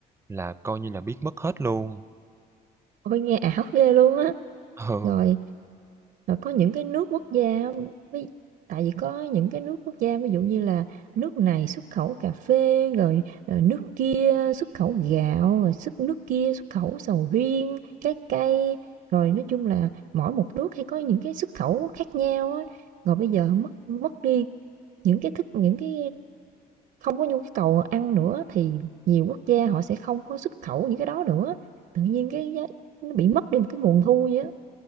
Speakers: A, on the right; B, on the right.
A: là coi như là biến mất hết luôn.
B: Ôi, nghe ảo ghê luôn á!
A: <laughs> Ừ,
B: Rồi rồi có những cái nước quốc gia á, ví tại vì có những cái nước quốc gia, ví dụ như là nước này xuất khẩu cà phê, rồi, ờ, nước kia xuất khẩu gạo, rồi xuất nước kia xuất khẩu sầu riêng, trái cây, rồi nói chung là mỗi một nước hay có những cái xuất khẩu khác nhau á. Rồi bây giờ mất mất đi những cái thức những cái không có nhu cầu ăn nữa thì nhiều quốc gia họ sẽ không có xuất khẩu những cái đó nữa, tự nhiên cái giá nó bị mất đi một cái nguồn thu vậy á.